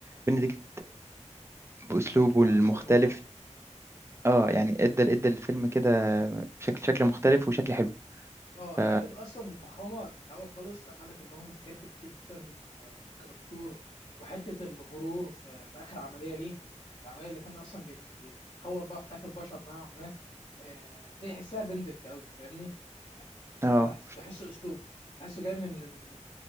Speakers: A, on the right; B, on the left.
A: بنديكت بأسلوبه
B: عندك اكثر
A: المختلف
B: من رائع
A: اه يعني ادى ادى الفيلم كده شكل شكل مختلف وشكل حلو
B: اه
A: ف
B: حته اصلا الفخامه في الاول خالص لما قال لك ان هو متكبر جدا و- كدكتور وحته الغرور في, في اخر عمليه ليه العمليه اللي كان اصلا بيت- بيتطور بقى في حياه البشر نوعا ما آه، دي احسها بندكت قوي فاهمني يعني ده
A: اه
B: ده أحس- ده احسه اسلوبه احسه جاي من من